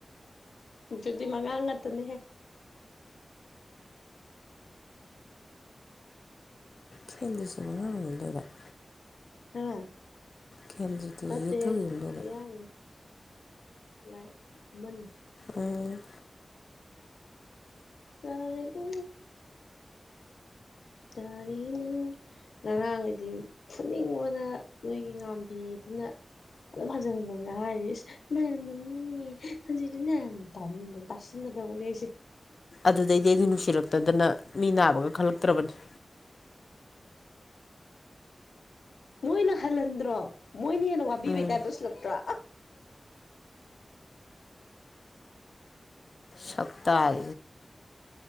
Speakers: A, on the left (about 85°); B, on the left (about 65°).
A: ꯎꯝ ꯑꯗꯨꯗꯤ ꯃꯉꯥꯡ ꯉꯥꯛꯇꯅꯤꯍꯦ
B: ꯐꯦꯟꯗꯁꯤꯕꯅ ꯑꯉ ꯂꯩꯗ <inaudible>
A: ꯎꯝ
B: ꯈꯦꯝꯖꯤꯠꯇꯨꯁꯨ
A: ꯅꯥꯇꯦꯍꯦ
B: ꯌꯨꯝꯊꯪ ꯌꯨꯝꯗꯩꯔ
A: ꯃꯌꯥꯡꯅꯤ ꯂꯥꯛ ꯅꯝꯃꯤ
B: ꯎꯝ
A: ꯇꯔꯒ ꯇꯔꯦꯅ ꯉꯔꯥꯡꯒꯥꯗꯤ ꯐꯅꯤꯡꯕꯅ ꯅꯣꯏꯒꯤ ꯉꯥꯝꯕꯤꯗꯨꯅ ꯑꯗꯨꯝ ꯍꯟꯖꯤꯟ ꯍꯟꯖꯤꯟ ꯍꯥꯏꯔꯤ ꯅꯥꯔꯝꯃꯤꯅꯤꯅꯦ ꯍꯧꯖꯤꯗꯤ ꯅꯥꯔꯝ ꯊꯅꯤꯅ ꯇꯁꯤꯟꯟꯅꯗꯕꯅꯦꯁꯦ <inaudible>
B: ꯑꯗꯨꯗꯩꯗꯤ ꯑꯩꯗꯨ ꯅꯨꯡꯁꯤꯔꯛꯇꯗꯅ ꯃꯤ ꯅꯥꯕꯒ ꯈꯜꯂꯛꯇ꯭ꯔꯕꯅꯤ
A: ꯃꯣꯏꯅ ꯍꯜꯍꯟꯗ꯭ꯔꯣ ꯃꯣꯏꯅ ꯍꯦꯟꯅ ꯋꯥꯕꯤꯕꯩ
B: ꯎꯝ
A: ꯇꯞ ꯇꯧꯁꯤꯜꯂꯛꯇ꯭ꯔꯥ
B: ꯁꯣꯛꯇꯥꯜ